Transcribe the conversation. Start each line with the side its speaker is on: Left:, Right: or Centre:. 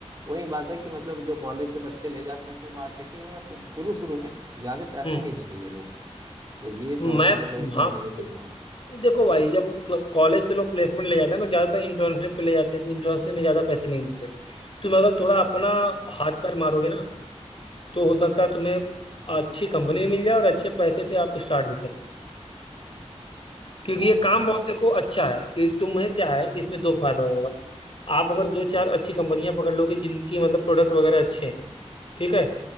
Right: वही बात है कि मतलब जो कॉलेज से बच्चे ले जाते हैं तो मार्केटिंग में मतलब शुरू शुरू में ज्यादा पैसे
Left: हम्म
Right: नहीं देते ये लोग तो ये
Left: मैं
Right: थोड़ा सा मतलब इसका
Left: हाँ
Right: नेगेटिव
Left: तो
Right: पॉइंट है
Left: देखो भाई जब कॉलेज से लोग प्लेसमेंट ले जाते हैं तो ज्यादातर इंटर्नशिप पे ले जाते हैं तो इंटर्नशिप में ज्यादा पैसे नहीं मिलते तुम अगर थोड़ा अपना
Right: अच्छा,
Left: हाथ पैर मारोगे ना तो हो सकता है तुम्हें
Right: हाँ
Left: अच्छी कंपनी मिल जाए और अच्छे पैसे से आप स्टार्ट भी कर लो क्योंकि
Right: और
Left: ये काम बहुत देखो अच्छा है कि तुम्हें क्या है कि इसमें दो फायदा होगा आप अगर दो चार अच्छी कंपनियां पकड़ लोगे जिनकी मतलब प्रोडक्ट वगैरह अच्छे हैं ठीक है